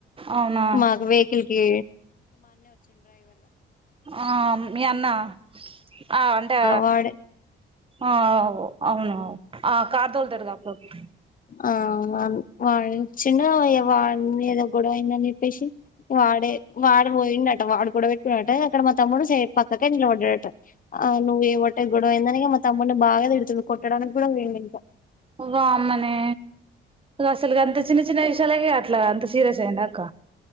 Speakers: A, on the right; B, on the left.
A: అవునా
B: మాకు వెకిల్కి
A: ఆ మీ అన్నా ఆ అంటా
B: వాడే
A: ఆవ్ అవును ఆ కార్ తోలుతాడుగా అప్పుడప్పు
B: ఆ వాళ్ వాన్నించిండా వానిది ఏదో గొడవ అయిందని జెప్పేసి వాడే వాడు పోయిండట వాడు గొడవ పెట్టుకున్నాట అక్కడ మా తమ్ముడు సేఫ్ పక్కకే నిలబడ్డాడట ఆ నువ్వు చేయబట్టే గొడవ అయిందని మా తమ్ముని తిడుతున్నాడు కొట్టడానికి కూడా పోయిండు ఇంక
A: వామ్మనే అసలు అంత చిన్న చిన్న విషయాలకే అట్లా అంత సీరియస్ అయిండా అక్క